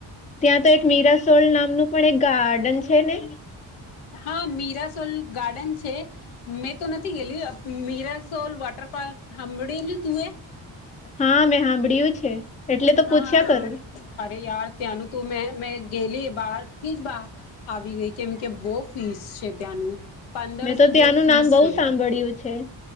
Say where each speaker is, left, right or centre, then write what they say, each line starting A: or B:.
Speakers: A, on the left; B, on the left.
A: ત્યાં તો એક મીરાસોલ નામનું પણ એક ગાર્ડન છે ને
B: હા મી ો ગાર્ડન છે મે તો નથી ગેલી મીરાસોલ વાોટર પાર્ક હંડીેલી તવે
A: હા મેં સાંભળ્યું છે એટલે તો પૂછ્યા
B: હા
A: કરું
B: અરી ાર ત્યાંનું તો મેં મેં ગયલી બહાર થી જ આવી ગઈ કેમ કે બહુ ફીસ છે ત્યાંનું પંદરસો
A: મેં તો ત્યાંનું
B: જેવું ફીસ
A: નામ બહુ
B: છે
A: સાંભળ્યું છે